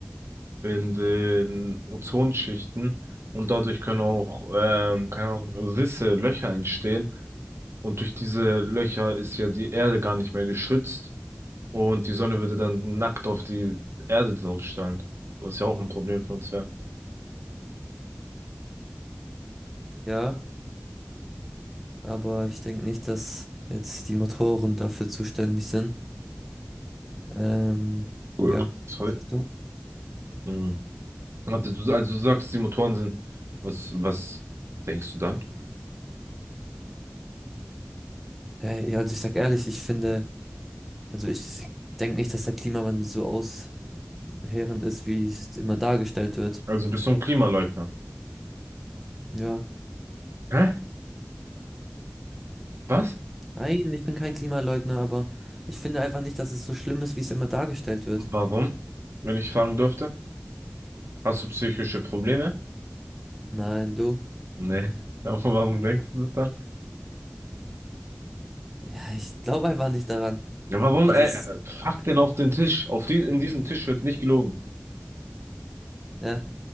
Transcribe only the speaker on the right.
in den Ozonschichten und dadurch können auch, ähm, können auch Risse, Löcher entstehen und durch diese Löcher ist ja die Erde gar nicht mehr geschützt und die Sonne würde dann nackt auf die Erde draufstrahlen, was ja auch ein Problem für uns wäre.
Cool.
Sorry.
Mhm. Warte, du, also du sagst, die Motoren sind, was, was denkst du dann?
Also bist du ein Klimaleugner?
Hä? Was?
Warum? Wenn ich fragen dürfte? Hast du psychische Probleme?
Nee. <laughs> Aber warum denkst du das dann?
Ja, warum,
ey,
äh, pack den auf den Tisch. Auf die, in diesen Tisch wird nicht gelogen.